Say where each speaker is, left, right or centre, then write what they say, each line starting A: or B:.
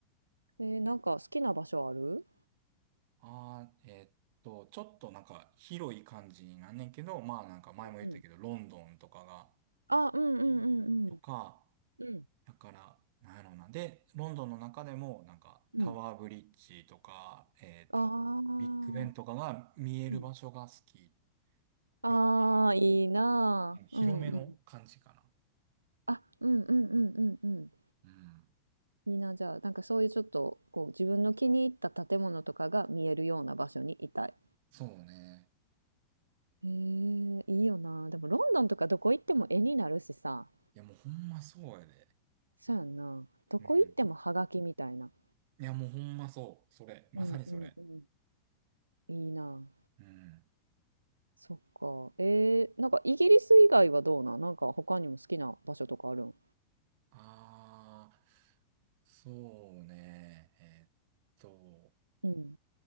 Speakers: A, on the right (about 80°); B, on the right (about 50°).
A: えーなんか好きな場所ある
B: ああ、えーっと、ちょっとなんか広い感じになんねんけど、まあなんか前も言ったけど、
A: うんうん。
B: ロンドンとかが
A: あ、うんうんうんうん。
B: いいとか、
A: うん。
B: だから、なんやろうな。で、ロンドンの中でもなんかタワーブリッジとか、
A: うん。
B: えーっと、
A: ああ
B: ビッグベンとかが見える場所が好き
A: うん。あ。
B: みたいな。
A: ああ、いいなあ。
B: ちょっとうん広めの感じかな。
A: うんうん。あ、うんうんうんうんう
B: うん。
A: ん。いいな、じゃあ、なんかそういうちょっと、こう、自分の気に入った建物とかが見えるような場所にいたい。
B: そうね。
A: へえ、いいよな。でも、ロンドンとかどこ行っても絵になるしさ。
B: いやもうほんまそうやで。
A: そうやんな。どこ行ってもハガキみたいな。
B: うん。いやもうほんまそう。それ。まさにそれ。
A: うんうんうん。いいな。
B: うん。
A: そっか。えー、なんかイギリス以外はどうなんなんか他にも好きな場所とかあるん
B: ああ、そうね。えーっと、
A: うん。